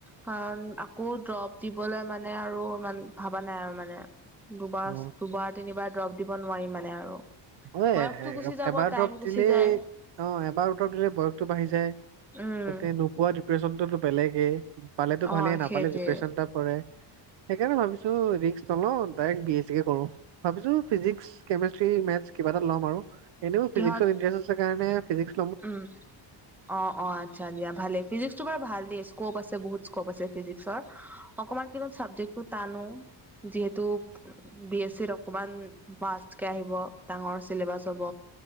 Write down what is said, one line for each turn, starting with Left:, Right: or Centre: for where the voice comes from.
Centre: কাৰণ আকৌ - আকৌ দ্ৰপ দিবলৈ মানে আৰু ইমান ভবা নাই আৰু মানে দুবাৰ
Right: অ
Centre: দুবাৰ তিনি বাৰ ড্ৰপ দিব নোৱাৰি মানে আৰু।
Right: হয়
Centre: বয়সটো
Right: এ
Centre: গুচি যাব
Right: এবাৰ
Centre: টাইম
Right: দৰৱ
Centre: গুচি
Right: দিলেই
Centre: যায়
Right: অ এবাৰ দৰৱ দিলে বয়সটো বাঢ়ি যায়।
Centre: উম
Right: তাতে নোপোৱা ডিপ্ৰেশ্যনটোতো বেলেগেই পালেতো
Centre: অ
Right: ভালেই নাপালে
Centre: সেইটোৱে
Right: ডিপ্ৰেশ্যন এটা পৰে। সেইকাৰণে ভাবিছো ৰিক্স নলওঁ ডাইৰেক্ট বি এছ চি কে কৰো। ভাবিছো ফিজিক্স, কেমেষ্ট্ৰি, মেথ কিবা এটা ল'ম আৰু, এনেও
Centre: কিহত
Right: ফিজিক্স ইন্টাৰেষ্ট আছে কাৰণে ফিজিক্স -
Centre: উম অ' অ' আচ্ছা দিয়া ভালেই, ফিজিক্স টো বাৰু ভাল দেই স্কপ আছে বহুত, স্কপ আছে ফিজিক্সৰ, অকমান কিবা চাবজেক্টটো তান ও, যিহেতু - বি এছ চিত অকমান পাচ কে আহিব ডাঙৰ, চিলেবাছ হ'ব,